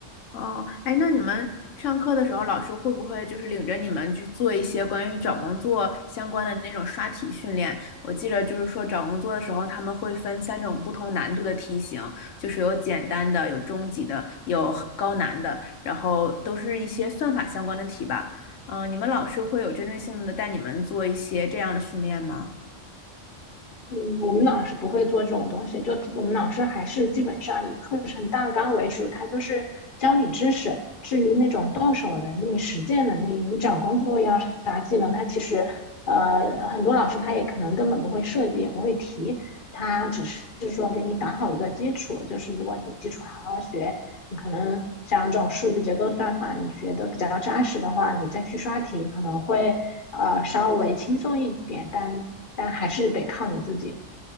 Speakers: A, on the left; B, on the left.
A: 哦，哎，那你们上课的时候，老师会不会就是领着你们去做一些关于找工作相关的那种刷题训练？我记得就是说找工作的时候，他们会分三种不同难度的题型，就是有简单的、有中级的、有很高难的，然后都是一些算法相关的题吧。嗯，你们老师会有针对性的带你们做一些这样的训练吗？
B: 嗯，我们老师不会做这种东西，就我们老师还是基本上以课程大纲为主，他就是教你知识。至于那种动手能力、实践能力，你找工作要啥技能，他其实呃很多老师他也可能根本不会设计，也不会提，他只是说给你打好一个基础，就是如果你基础好好学，你可能像这种数据结构算法，你学的比较扎实的话，你再去刷题可能会呃稍微轻松一点，但但还是得靠你自己。